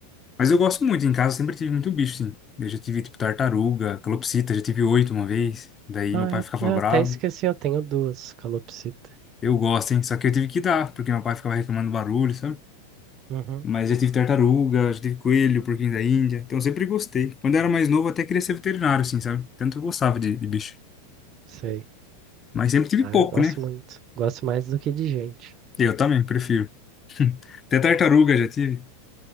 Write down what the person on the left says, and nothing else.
Mas eu gosto muito, em casa eu sempre tive muito bicho, sim. Eu já tive, tipo, tartaruga, calopsita, já tive oito uma vez. Daí
meu pai
ficava
bravo.
Eu gosto, hein? Só que eu tive que dar, porque meu pai ficava reclamando barulho, sabe?
Mas já tive tartaruga, já tive coelho, porquinho da Índia. Então eu sempre gostei. Quando eu era mais novo, eu até queria ser veterinário, assim, sabe? Tanto eu gostava de, de bicho.
Mas sempre tive
pouco,
né?
Eu também, prefiro. <laughs> Até tartaruga já tive.